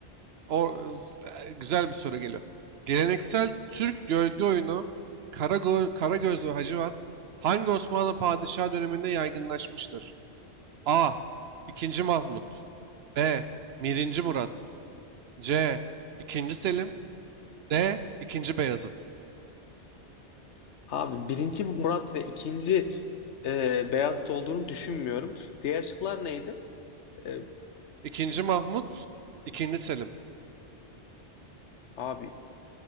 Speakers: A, on the right; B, on the left.
A: O e, güzel bir soru geliyor. Geleneksel Türk gölge oyunu Karagöz, Karagöz ve Hacivat hangi Osmanlı padişahı döneminde yaygınlaşmıştır? A. 2. Mahmut B. Birinci Murat C. 2. Selim D. 2. Beyazıt
B: Abi birinci Murat ve ikinci e, Beyazıt olduğunu düşünmüyorum. Diğer şıklar neydi? E,
A: 2. Mahmut 2. Selim
B: abi